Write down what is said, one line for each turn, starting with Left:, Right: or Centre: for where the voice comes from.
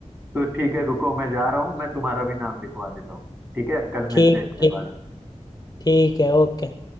Right: तो ठीक है रुको मैं जा रहा हूँ मैं तुम्हारा भी नाम लिखवा देता हूँ ठीक है कल
Left: ठीक
Right: मिलते हैं इसके
Left: ठीक
Right: बारे
Left: है,
Right: में
Left: ठीक है ओके